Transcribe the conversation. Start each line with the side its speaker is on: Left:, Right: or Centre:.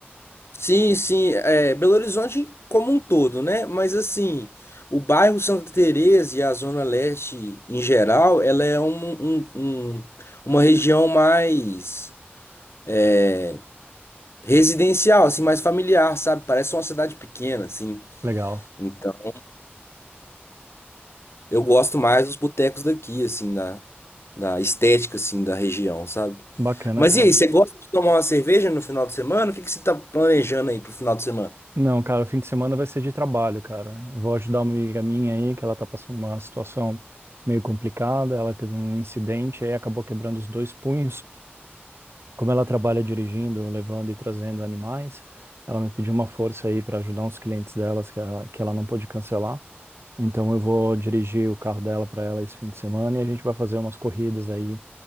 Left: Sim, sim, é, Belo Horizonte como um todo, né? Mas assim, o bairro Santa Teresa e a zona leste em geral, ela é um, um- um- uma região mais é, Residencial, assim, mais familiar, sabe? Parece uma cidade pequena, assim.
Right: Legal.
Left: Então, eu gosto mais dos botecos daqui, assim, da, da estética, assim, da região, sabe?
Right: Bacana,
Left: Mas
Right: cara.
Left: e aí, você gosta de tomar uma cerveja no final de semana? O que que você tá planejando aí pro final de semana?
Right: Não, cara, o fim de semana vai ser de trabalho, cara. Eu vou ajudar uma amiga minha aí, que ela tá passando uma situação meio complicada. Ela teve um incidente aí, acabou quebrando os dois punhos. Como ela trabalha dirigindo, levando e trazendo animais, ela me pediu uma força aí para ajudar uns clientes delas que ela, que ela não pôde cancelar. Então eu vou dirigir o carro dela para ela esse fim de semana e a gente vai fazer umas corridas aí